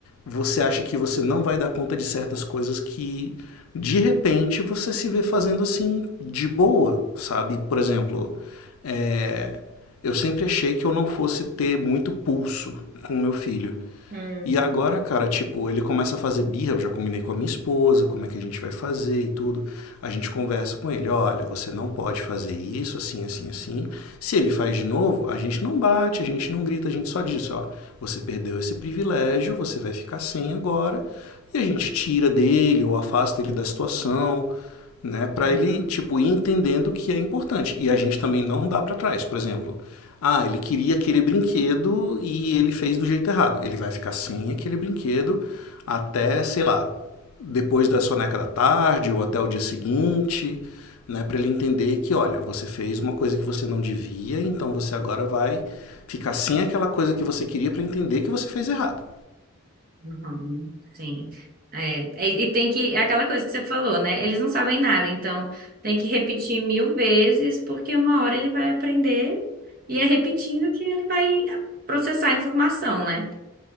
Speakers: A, on the left; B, on the right.
A: você acha que você não vai dar conta de certas coisas que de repente você se vê fazendo assim de boa, sabe? Por exemplo, é, eu sempre achei que eu não fosse ter muito pulso com meu filho.
B: Hum.
A: E agora, cara, tipo, ele começa a fazer birra, eu já combinei com a minha esposa, como é que a gente vai fazer e tudo. A gente conversa com ele, olha, você não pode fazer isso, assim, assim, assim. Se ele faz de novo, a gente não bate, a gente não grita, a gente só diz, ó, você perdeu esse privilégio, você vai ficar sem agora. E a gente tira dele ou afasta ele da situação né? Para
B: Uhum,
A: ele tipo ir entendendo o que é importante. E a gente também não dá para trás, por exemplo. Ah, ele queria aquele brinquedo e ele fez do jeito errado. Ele vai ficar sem aquele brinquedo até, sei lá, depois da soneca da tarde ou até o dia seguinte, né, para ele entender que, olha, você fez uma coisa que você não devia, então você agora vai ficar sem aquela coisa que você queria para entender que você fez errado.
B: uhum, sim. É, e e tem que, é aquela coisa que você falou, né? Eles não sabem nada, então tem que repetir mil vezes, porque uma hora ele vai aprender e é repetindo que ele vai processar a informação, né?